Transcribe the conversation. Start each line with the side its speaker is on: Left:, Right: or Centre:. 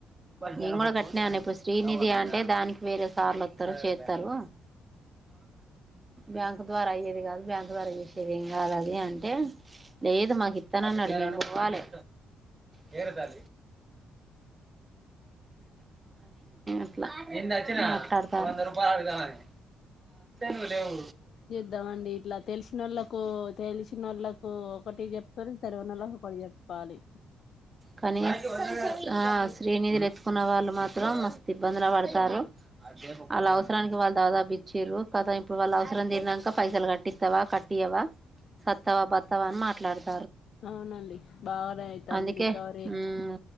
Right: నేను కూడా గట్టనే అన్న ఇప్పుడు శ్రీనిధి అంటే దానికి వేరే సార్లు వత్తారు చెత్తారు బ్యాంక్ ద్వారా అయేది కాదు బ్యాంకు ద్వారా చేసేది ఏం కాదు అది అంటే లేదు మాకు ఇత్తనని అన్నాడు నేను పోవాలే అని అట్లా నిన్న వచ్చిన వంద రూపాయ అడుగుదామని నీవు లేవు
Left: చద్దమండి ఇట్లా తెలిసినోళ్ళలకు తెలిసినోళ్ళలకు ఒకటి చెప్తారు తెలవనోళ్లకు వాళ్ళకి ఒకటి చెప్తారు పాలు
Right: కానీ ఆ శ్రీనిధులు ఎత్తుకున్న వాళ్ళు మాత్రం మస్తు ఇబ్బందులు పడతారు వాళ్ళ అవసరానికి వాళ్ళ దాదాపు ఇచ్చారు కదా ఇప్పుడు వాళ్ళు అవసరం తిరక పైసలు కట్టిస్తావా కట్టియవా సత్తవా బత్తవా అని మాట్లాడుత
Left: అవునండి బానే అయిత
Right: అందుకే
Left: అంది రకావరి
Right: మ్మ్